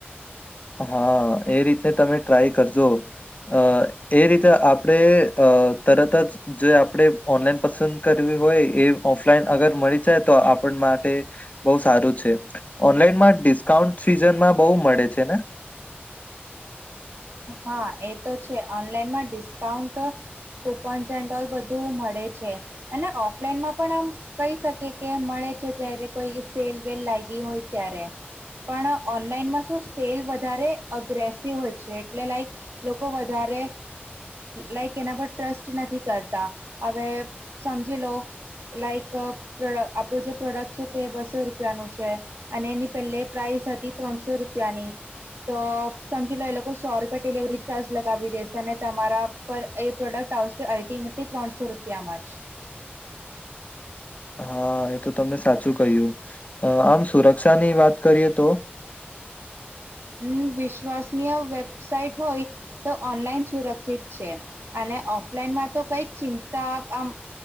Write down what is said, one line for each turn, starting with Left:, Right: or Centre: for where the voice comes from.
Left: હા એ રીતે તમે ટ્રાય કરજો. અ એ રીતે આપણે અ તરત જ જે આપણે ઓનલાઈન પસંદ કરવી હોય એ ઓફલાઈન અગર મળી જાય તો આપણ માટે બહુ સારું છે. ઓનલાઈનમાં ડિસ્કાઉન્ટ સીઝનમાં બહુ મળે છે ને?
Right: હા એ તો છે, ઓનલાઈનમાં ડિસ્કાઉન્ટ કુપન્સ એન્ડ ઓલ બધું મળે છે અને ઓફલાઈનમાં પણ આમ કહી શકે કે મળે છે જ્યારે કોઈ સેલ વેલ લાઈગી હોય ત્યારે. પણ ઓનલાઈનમાં સુ સેલ વધારે અગ્રેસિવ હોય છે. એટલે લાઈક, લોકો વધારે લાઈક એના પર ટ્રસ્ટ નથી કરતા, હવે સમજી લો લાઈક પ્રોડ આપણુ જે પ્રોડક્ટ છે તે બસો રૂપિયાનું છે અને એની પેહલે પ્રાઇસ હતી ત્રણસો રૂ પિયાની, તો સમજી લો એ લોકો સો રૂપિયા ડિલેવરી ચાર્જ લગાવી દેશે અને તમારા પર એ પ્રોડક્ટ આવશે અલ્ટિમેટલી ત્રણસો રૂપિયામાં જ
Left: હા. એ તો તમને સાચું કહ્યું, અ આમ સુરક્ષાની વાત કરીએ તો?
Right: હમ્મ, વિશ્વસનીય વેબસાઇટ હોય, તો ઓનલાઈન સુરક્ષિત છે અને ઓફલાઈનમાં તો કઈક ચિંતા આમ